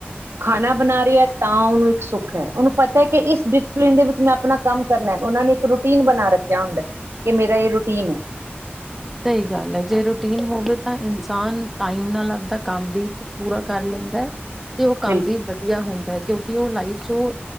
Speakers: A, on the right; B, in the centre.
A: ਖਾਣਾ ਬਣਾ ਰਿਹਾ ਤਾਂ ਉਹਨੂੰ ਇੱਕ ਸੁੱਖ ਹੈ ਉਹਨੂੰ ਪਤਾ ਕਿ ਇਸ ਡਿਸਪਲਿਨ ਦੇ ਵਿੱਚ ਮੈਂ ਆਪਣਾ ਕੰਮ ਕਰਨਾ ਉਹਨਾਂ ਨੇ ਇੱਕ ਰੂਟੀਨ ਬਣਾ ਰੱਖਿਆ ਹੁੰਦਾ ਕਿ ਮੇਰਾ ਇਹ ਰੂਟੀਨ ਹੈ
B: ਸਹੀ ਗੱਲ ਹੈ ਜੇ ਰੂਟੀਨ ਹੋਵੇ ਤਾਂ ਇਨਸਾਨ ਟਾਈਮ ਨਾਲ ਲੱਭਦਾ ਕੰਮ ਵੀ ਪੂਰਾ ਕਰ ਲੈਂਦਾ ਹੈ ਤੇ ਉਹ
A: ਹੈ
B: ਕੰਮ ਵੀ ਵਧੀਆ ਹੁੰਦਾ ਹੈ ਕਿਉਂਕਿ ਉਹ ਲਾਈਫ ਚ ਉਹ